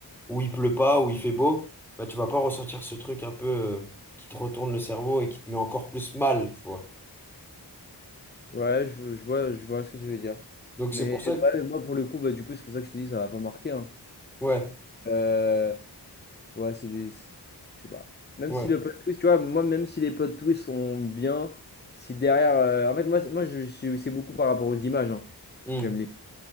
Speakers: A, in the centre; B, on the left.
A: où il pleut pas, où il fait beau, bah tu vas pas ressentir ce truc un peu euh, qui te retourne le cerveau et qui te met encore plus mal, tu vois.
B: Ouais, je, je vois, je vois ce que tu veux dire.
A: Donc
B: Mais
A: c'est pour ça que...
B: ouais, moi, pour le coup, bah, du coup, c'est pour ça que je te dis, ça va pas marquer.
A: Ouais.
B: hein. Ouais, c'est des. Je sais pas. Même
A: Ouais.
B: si le plot twist, tu vois, moi, même si les plot twists sont bien, si derrière. euh, En fait, moi, c'est- moi je suis... c'est beaucoup par rapport aux images. hein,
A: Hmm.
B: que J'aime les.